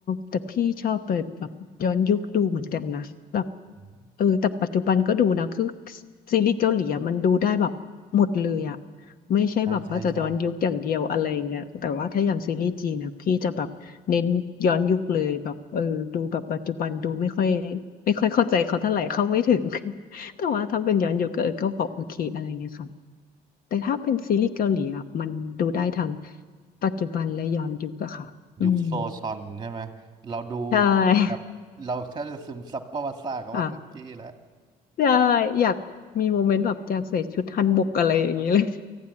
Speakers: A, on the left; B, on the right.
A: แต่พี่ชอบไปแบบย้อนยุคดูเหมือนกันนะแบบ
B: อืม
A: เออแต่ปัจจุบันก็ดูนะคือซีรีส์เกาหลีอะมันดูได้แบบหมดเลยอะไม่ใช่แบบว่าจะย้อนยุคอย่างเดียวอะไรเงี้ยแต่ว่าถ้าอย่างซีรีส์จีนนะพี่จะแบบเน้นย้อนยุคเลยแบบเออดูแบบปัจจุบันดูไม่ค่อย
B: ใช่ใช่ใช่
A: ไม่ค่อยเข้าใจเขาเท่าไหร่เข้าไม่ถึง <laughs> แต่ว่าถ้าเป็นย้อนยุคก็เออก็พอโอเคอะไรเงี้ยค่ะแต่ถ้าเป็นซีรีส์เกาหลีอะมันดูได้ทั้งปัจจุบันและย้อนยุคอะค่ะอืม
B: ยุคโซชอนใช่ไหมเราดู
A: ใช่
B: แบบเราแทบจะซึมซับประวัติศาสตร์เขามาเต็มที่แล้ว
A: <laughs> ค่ะใช่อยากมีโมเมนต์แบบอยากใส่ชุดฮันบกอะไรอย่างนี้เลย